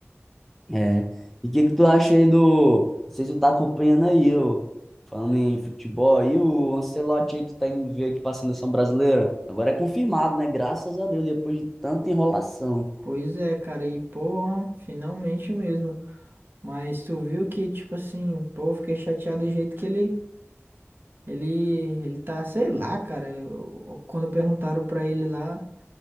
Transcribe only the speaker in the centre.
É. E o que que tu acha aí do. Não sei se tu tá acompanhando aí, ô. falando em futebol aí, o Ancelotti aí que tá indo ver aqui pra seleção brasileira. Agora é confirmado, né? Graças a Deus, depois de tanta enrolação.